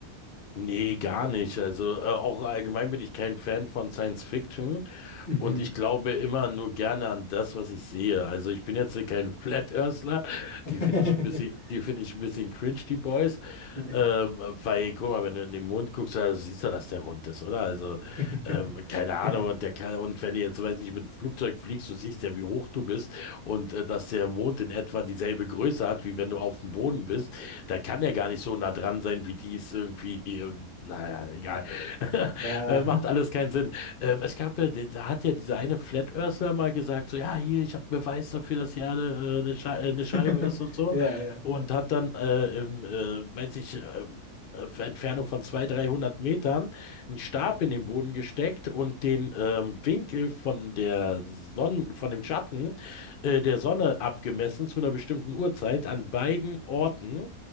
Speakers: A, on the left; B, on the left.
A: Nee, gar nicht. Also äh, auch allgemein bin ich kein Fan von Science Fiction
B: Mhm.
A: und ich glaube immer nur gerne an das, was ich sehe. Also ich bin jetzt hier kein Flat Earthler,
B: <laughs>
A: die finde ich ein bisschen, die finde ich ein bisschen cringe, die Boys.
B: Ja.
A: Ähm, weil, guck mal, wenn du in den Mond guckst, da siehst du, dass der rund ist, oder? Also,
B: <laughs>
A: ähm, keine Ahnung,
B: Ja.
A: und der kann, und wenn du jetzt, weiß ich, mit dem Flugzeug fliegst, du siehst ja, wie hoch du bist und äh, dass der Mond in etwa dieselbe Größe hat, wie wenn du auf dem Boden bist, da kann er gar nicht so nah dran sein, wie die es irgendwie, ähm, naja, egal. <laughs>
B: Ja,
A: Äh, Macht alles keinen Sinn. Ähm, es gab ja, der- da hat ja dieser eine Flat Earthler mal gesagt, so, ja, hier, ich habe Beweis dafür, dass die Erde äh, eine, Schei- äh, eine
B: <laughs>
A: Scheibe ist und so.
B: ja, ja.
A: Und hat dann, äh, im, äh, weiß ich, ähm, auf Entfernung von 200, 300 Metern einen Stab in den Boden gesteckt und den ähm, Winkel von der Sonne, von dem Schatten äh, der Sonne abgemessen zu einer bestimmten Uhrzeit an beiden Orten.